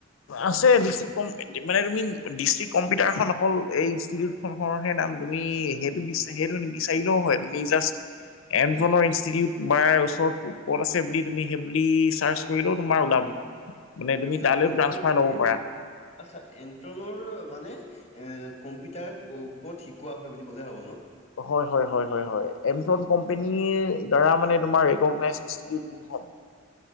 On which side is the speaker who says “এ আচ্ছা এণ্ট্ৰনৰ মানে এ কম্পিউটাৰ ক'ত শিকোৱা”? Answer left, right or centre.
Left